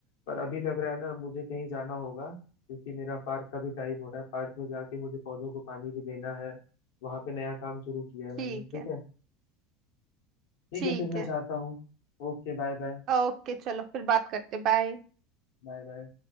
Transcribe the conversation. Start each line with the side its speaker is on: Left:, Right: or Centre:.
Left: पर अभी लग रहा है ना मुझे कहीं जाना होगा क्योंकि मेरा पार्क का भी टाइम हो रहा है पार्क में जाके मुझे पौधों को पानी भी देना है वहां पे नया काम शुरू किया है मैंने
Right: ठीक
Left: ठीक
Right: है
Left: है ठीक
Right: ठीक
Left: है फिर मैं
Right: है
Left: जाता हूँ Okay bye bye
Right: ओके चलो फिर बात करते बाय
Left: Bye bye